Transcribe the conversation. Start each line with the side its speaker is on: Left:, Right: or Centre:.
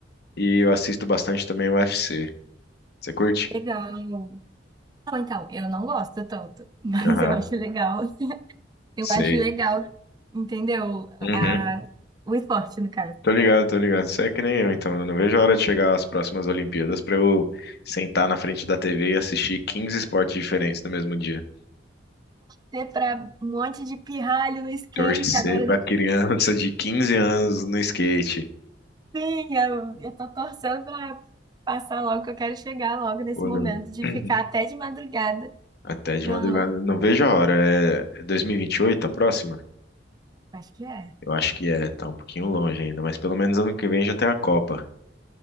Left: e eu assisto bastante também o UFC. Você curte?
Right: Legal. Não, então, eu não gosto tanto, <laughs> mas
Left: Aham,
Right: eu acho legal. Eu
Left: sei.
Right: acho legal, entendeu?
Left: Uhum.
Right: A, o esporte, no caso.
Left: Tô ligado, tô ligado. Você é que nem eu, então. Eu não vejo a hora de chegar às próximas Olimpíadas pra eu sentar na frente da TV e assistir quinze esportes diferentes no mesmo dia.
Right: Ter pra um monte de pirralho no skate,
Left: Torcer
Right: agora
Left: pra
Right: nem
Left: criança de 15 anos no skate.
Right: tem. Eu, eu tô torcendo pra passar logo, que eu quero chegar logo nesse
Left: Ou
Right: momento
Left: no...
Right: de
Left: <clears throat>
Right: ficar até de madrugada.
Left: Até de
Right: Não,
Left: madrugada. Não vejo a hora. É é 2028 a próxima?
Right: acho que é.
Left: Eu acho que é. Tá um pouquinho longe ainda, mas pelo menos ano que vem já tem a Copa.